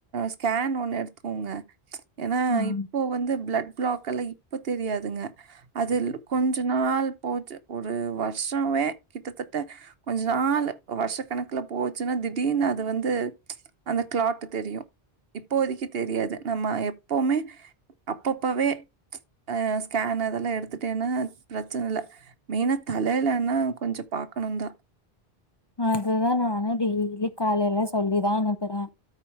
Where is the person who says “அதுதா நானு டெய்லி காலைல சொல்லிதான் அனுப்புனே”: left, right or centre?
Left